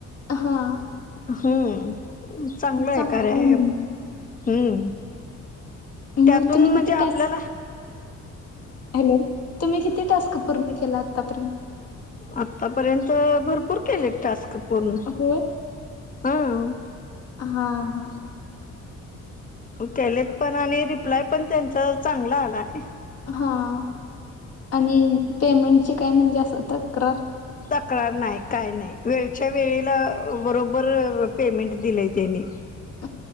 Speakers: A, on the left (about 55°); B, on the left (about 25°).
A: हां
B: हम्मं चांगलं आहे
A: चांगला
B: कार्य ॲप
A: म्हणजे
B: हम्मं त्यां
A: मग
B: तूंन
A: तुम्ही किती टास्क
B: आपल्यांला
A: हॅलो तुम्हीं किती टास्कं पूर्ण केलां आत्तापर्यंत
B: आंतापर्यंत भरंपूर केले टास्कं पूर्ण
A: होय
B: हांव
A: हां हां
B: केलेतं पणं आणि रिप्लांय पणं त्यांच चांगलं आलांय
A: हां आणि पेमेंटची कायं म्हणजे असं तक्रार
B: तक्रार नाहीं कायं नाहीं वेळच्यां वेळेलां बरोबर पेमेंट दिलंय त्यांनी
A: हं हं